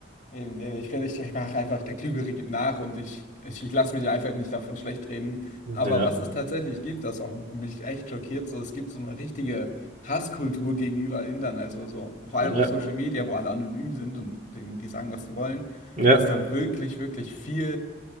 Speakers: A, on the left; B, on the right.
A: Eben, nee, ich finde, ich, ich mache einfach, der Klügere gibt nach und ich, ich, ich lasse mich einfach nicht davon schlecht reden.
B: Ja,
A: Aber was es tatsächlich gibt, das auch mich echt schockiert, so es gibt so eine richtige Hasskultur gegenüber Indern, also so vor
B: ja,
A: allem auf Social Media, wo alle anonym sind und denen, die sagen, was sie wollen,
B: ja,
A: ist da wirklich, wirklich viel